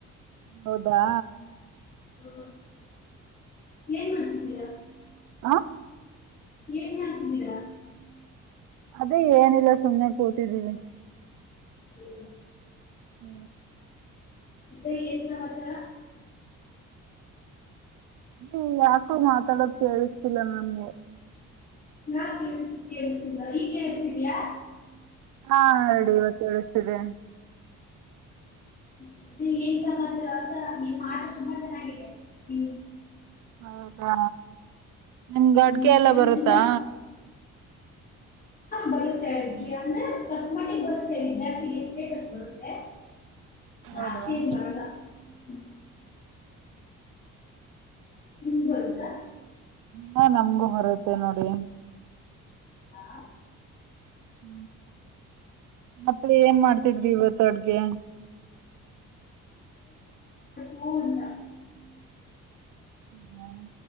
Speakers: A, on the right; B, on the left.
A: ಹೌದಾ
B: ಹಾ ಏನ್ ಮಾಡ್ತಿದ್ದೀರಾ
A: ಹಂ
B: ಏನ್ ಮಾಡ್ತಾ ಇದೀರ
A: ಅದೇ ಏನಿಲ್ಲ ಸುಮ್ನೆ ಕೂತಿದೀನಿ
B: ಇ
A: ಹೂ
B: ಮತ್ತೆ ಏನು ಸಮಾಚಾರ
A: ನೀ ಯಾಕೋ ಮಾತಾಡೋದ ಕೇಳಿಸತಿಿಲ್ಲ ನನ್ಗೆ
B: ಯಾ ಕೇಳಿಸುದ ಈಗ ಕಸಿದಯಾ
A: ಹಾ ರಡಿ ಇವತ್ತು ಹೇಳೇಳ್ತಿದೆ
B: ಮತ್ತೆ ಏನ್ ಸಮಾಚಾರ ಆತಾ ನೀನ್್ ಆಟ ತುಂಬಾ ಚೆನ್ನಾಗಿದೆ ನಿ
A: ಹೌದಾ ನಿಮ್ಗೆ
B: ಹೂ
A: ಅಡ್ಗೆ ಎಲ್ಲ
B: ನೀವು
A: ಬರುತ್ತಾ
B: ಬರುತ್ತೆ ಅಡ್ಗೆ ಅಂದ್ರೆ ತಕ್ ಮಟ್ಟಿಿಗೆ ಬರುತ್ತೆ ವಿದ್ಯಾರ್ಥಿ ಎಷ್ಟ ಬೇಕಷ್ಟು ಬರುತ್ತೆ ಜಾಸ್ತಿ
A: ಹೌದಾ
B: ಏನ್ ಬರಲ್ಲ ಹ್ಮ್. ನಿಮ್ ಗೆ ಬರುತ್ತಾ
A: ಹಾ ನಮ್ಗೂ ಬರುತ್ತೆ ನೋಡಿ
B: ಹಾ
A: ಹೂ ಮತ್ತೆ ಏನ್ ಮಾಡ್ತಿದ್್ರಿ ಇವತ್ತು ಅಡ್ಗೆ
B: ಹನ್ನ
A: ಹಾ